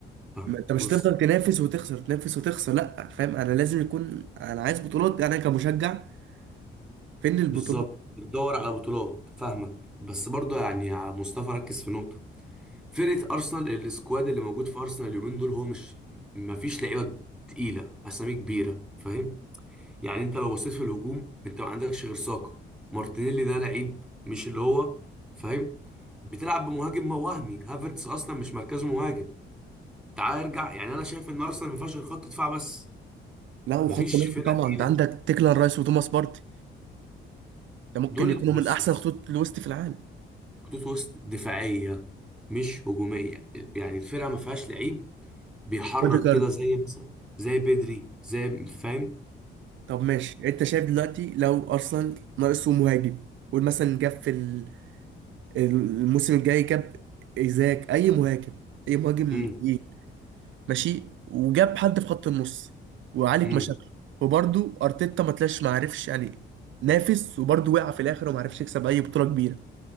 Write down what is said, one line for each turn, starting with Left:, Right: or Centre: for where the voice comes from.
Centre: فاهمك
Right: ما انت مش
Centre: بص
Right: هتفضل تنافس وتخسر تنافس وتخسر لا فاهم انا لازم يكون انا عايز بطولات انا كمشجع فين البطولات
Centre: بالظبط بتدور على بطولات فاهمك بس برضه يعني يا مصطفى ركز في نقطة فرقة أرسنال السكواد اللي موجود في أرسنال اليومين دول هو مش مفيش لعيبة تقيلة أسامي كبيرة فاهم يعني أنت لو بصيت في الهجوم أنت ما عندكش غير ساكا مارتينيلي ده لعيب مش اللي هو فاهم بتلعب بمهاجم ما وهمي هافرتس أصلا مش مركزه مهاجم تعال ارجع يعني أنا شايف إن أرسنال ما فيهاش غير خط دفاع بس
Right: لا وخط
Centre: مفيش
Right: نص
Centre: فرقة
Right: طبعا
Centre: تقيلة
Right: انت عندك تيكلان رايس وتوماس بارتي ده ممكن
Centre: دول
Right: يكونوا
Centre: بص
Right: من احسن
Centre: بص
Right: خطوط الوسط في العالم
Centre: خطوط وسط دفاعية مش هجومية يعني الفرقة ما فيهاش لعيب بيحرك
Right: اوديجارد
Centre: كده زي مثلا زي بدري زي فاهم
Right: طب ماشي انت شايف دلوقتي لو ارسنال ناقصه مهاجم قول مثلا جاب في ال- الموسم الجاي جاب ايزاك اي مهاجم اي مهاجم
Centre: امم
Right: تقيل ماشي وجاب حد في خط النص وعالج
Centre: امم
Right: مشاكله وبرده ارتيتا ما طلعش ما عرفش يعني نافس وبرده وقع في الاخر وما عرفش يكسب اي بطولة كبيرة